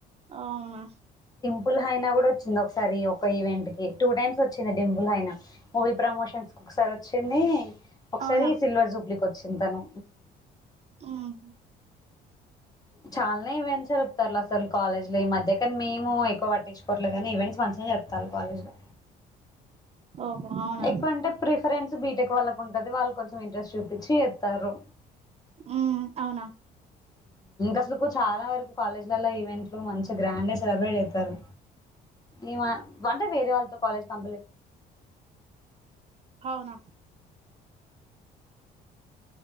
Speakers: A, on the right; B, on the left.
A: అవునా
B: ఫుల్ హయినా గుడా వచ్చిండు ఒకసారి ఒక ఈవెంట్కి టూ టైమ్స్ వచ్చింది డింపుల్ అయిన మూవీ ప్రమోషన్స్ ఒకసారి వచ్చింది ఒకసారి
A: అవునా
B: సిల్వర్ సూ వచ్చింతను
A: ఉమ్
B: చాల్నే ఈవెంట్స్ జరుపుతరు అసలు కాలేజ్ లో ఈ మధ్య కానీ మేము ఎక్కువ పట్టించుకోవట్లేగని ఈవెంట్స్ మంచిగానే జరుపుతాళ్లు కాలేజ్ లా
A: ఓహో అవునా
B: ఎక్కువ అంటే ప్రిఫరెన్స్ బీటెక్ వాళ్ళకు ఉంటది వాళ్ళు కొంచెం ఇంట్రెస్ట్ చూపించి చెత్తర్రు
A: మ్మ్ అవునా
B: అసలకు చాలా వరకు కాలేజ్లలో ఈవెంట్లు మంచి గ్రాండ్ గా సెలబ్రేట్ చెత్తరు ఈమ వంట వేరే వాళ్ళతో కాలేజ్ కం
A: అవునా